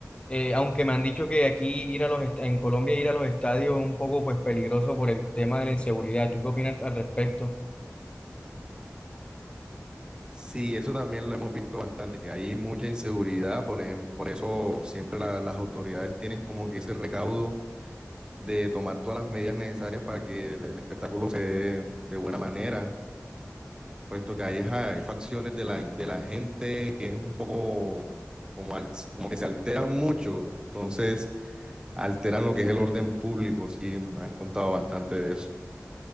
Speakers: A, on the left; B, on the right.
A: Eh, aunque me han dicho que aquí ir a los est- en Colombia ir a los estadios es un poco pues peligroso por el tema de la inseguridad. ¿Tú qué opinas al respecto?
B: Sí, eso también lo hemos visto bastante, que hay mucha inseguridad, por ejem- por eso siempre la- las autoridades tienen como que ese recaudo de tomar todas las medidas necesarias para que el, el espectáculo se dé de buena manera, puesto que hay ajá, hay facciones de la, de la gente que es un poco como, al- como que se alteran mucho, entonces alteran lo que es el orden público, sí, me han contado bastante de eso.